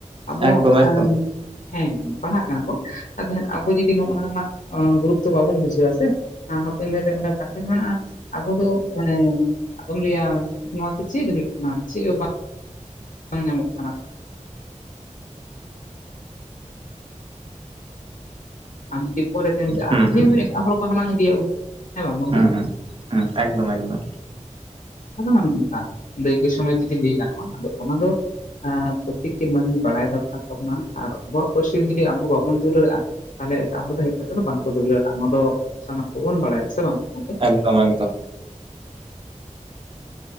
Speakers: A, on the left; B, on the right.
A: ᱟᱵᱚ
B: ᱮᱠᱫᱚᱢ
A: <unintelligible>
B: ᱮᱠᱫᱚᱢ
A: ᱦᱮᱸ ᱦᱮᱸ ᱯᱟᱲᱦᱟᱜ ᱠᱟᱱᱟ ᱠᱚ᱾ ᱛᱚᱞᱮ <unintelligible> ᱟᱵᱚ ᱡᱚᱫᱫᱤ ᱱᱚ ᱚᱱᱟᱡ ᱨᱮᱱᱟᱜ ᱜᱩᱨᱩᱛᱚ ᱵᱟᱵᱚᱱ ᱵᱩᱡᱷᱟᱹᱣᱟ ᱥᱮ ᱦᱟᱯᱚᱧ ᱫᱤᱱᱨᱮ ᱚᱱᱟᱚᱱ ᱠᱟᱛᱷᱟ ᱜᱮ ᱢᱮᱱᱟᱜᱼᱟ᱾ ᱟᱵᱚ ᱫᱚ ᱢᱟᱱᱮ ᱟᱫᱚᱢ ᱨᱮᱭᱟᱜ ᱱᱚᱣᱟᱛᱮ ᱪᱮᱫ ᱦᱩᱭᱩᱜ ᱠᱟᱱᱟ ᱪᱮᱫ ᱦᱚᱸ ᱵᱟᱝ <unintelligible> <unintelligible> ᱱᱤᱭᱟᱹᱩ ᱟᱠᱟᱱᱟ ᱟᱢ ᱡᱩᱫᱤ ᱯᱚᱨᱮᱛᱮᱢ ᱪᱟᱜᱼᱟ
B: ᱦᱩᱸ
A: ᱱᱤᱭᱟᱹ
B: ᱦᱩᱸ
A: <unintelligible> ᱦᱚᱸ ᱮᱴᱟᱜ ᱦᱚᱲ ᱠᱚ ᱦᱟᱞᱟᱝ ᱤᱫᱤᱭᱟ ᱠᱚ ᱦᱮ ᱢᱫᱞ
B: ᱦᱩᱸ ᱦᱩᱸ ᱦᱩᱸ ᱮᱠᱫᱚᱢ ᱮᱠᱫᱚᱢ ᱮᱠᱫᱚᱢ
A: <unintelligible> ᱫᱟᱹᱭᱠᱟᱹ ᱥᱚᱢᱚᱭ ᱡᱩᱫᱤ ᱞᱟᱹᱭ ᱜᱟᱱᱚᱜᱼᱟ ᱟᱫᱚ ᱚᱱᱟ ᱫᱚ ᱯᱨᱚᱛᱤᱠᱴᱤ ᱢᱟᱹᱱᱢᱤ ᱵᱟᱲᱟᱭ ᱫᱚᱨᱠᱟᱨ ᱛᱟᱵᱚᱱᱟ ᱟᱨ ᱟᱵᱚᱣᱟᱜ ᱯᱟᱹᱨᱥᱤ ᱡᱩᱫᱤ ᱟᱵᱚ ᱵᱟᱵᱚᱱ ᱫᱩᱞ ᱫᱩᱞ <unintelligible> ᱛᱟᱦᱚᱞᱮ ᱮᱴᱟᱜ ᱦᱚᱲ ᱫᱚ ᱦᱮᱡ ᱠᱟᱛᱮ ᱫᱚ ᱵᱟᱝᱠᱚ ᱫᱩᱞᱟᱹᱲᱟᱜᱼᱟ ᱚᱱᱟ ᱫᱚ ᱥᱟᱱᱟᱢ ᱠᱚᱵᱚᱱ ᱵᱟᱲᱟᱭᱟ ᱥᱮ ᱵᱟᱝ ᱜᱚᱝᱠᱮ
B: ᱮᱠᱫᱚᱢ ᱮᱠᱫᱚᱢ